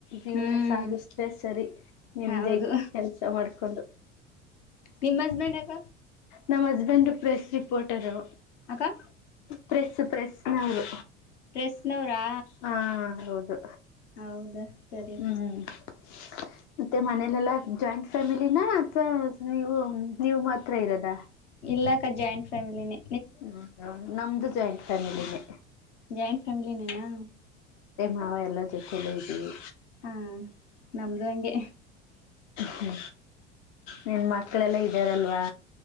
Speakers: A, on the left; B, on the left.
A: ಜೀವನ
B: ಹ್ಮ್
A: ಸಾಗಿಸ್ರೆ ಸರಿ ನಿಮ್ದಾಗಿ
B: ಹೌದು
A: ಕೆಲ್ಸ ಮಾಡ್ಕೊಂಡು
B: ನಿಮ್ ಹಸ್ಬೆಂಡ್ ಅಗ
A: ನಮ್ಮ್ ಹಸ್ಬೆಂಡ್ ಪ್ರೆಸ್ ರಿಪೋರ್ಟರು
B: ಹ
A: ಪ್ರೆಸ್ ಪ್ರೆಸ್ನವರು
B: ಡ್ರೆಸ್ನವ್ರಾ
A: ಹಾ ಹೌದು
B: ಹೌದಾ ಸರಿ ಅಕ್ಕ
A: ಹ್ಮ್ <inaudible> ಮತ್ತೆ ಮನೇಲೆಲ್ಲ ಜಾಯಿಂಟ್ ಫ್ಯಾಮಿಲಿನ ಅಥವಾ ನೀವು ನೀವು ಮಾತ್ರ ಇರದ
B: ಎಲ್ಲಾ ಜಾಯಿಂಟ್ ಫ್ಯಾಮಲಿನಿ
A: ಹ್ಮ ನಮ್ದು ಜಾಯಿಂಟ್ ಫ್ಯಾಮಿಲಿನೇ
B: ಜಾಯಿಂಟ್ ಫ್ಯಾಮಿಳೇನೇನ ನಿನನಾ
A: ನಾವ ಎಲ್ಲ ಜೊತೆಯಲ್ಲೂ ಇದ್ದೀವಿ
B: ಹಾ ನಮ್ದು ಹಂಗೆ
A: ಹ್ಮ ನಿನ್ ಮಕ್ಕಳೆಲ್ಲ ಇದ್ದಾರಲ್ವಾ